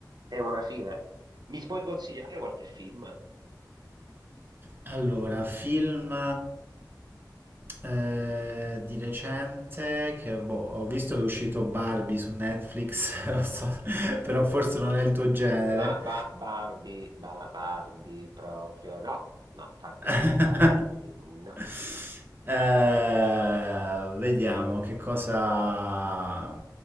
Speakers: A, on the right; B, on the right.
A: e una fine. Mi puoi consigliare qualche film?
B: Allora, film eh, di recente che boh, ho visto che è uscito Barbie su Netflix, <laughs> non so, però forse non è il tuo genere.
A: Ba- ba- Barbie, ba- Barbie proprio no, no, infatti
B: <laughs>
A: no, Barbie no, no.
B: Eh, vediamo che cosa,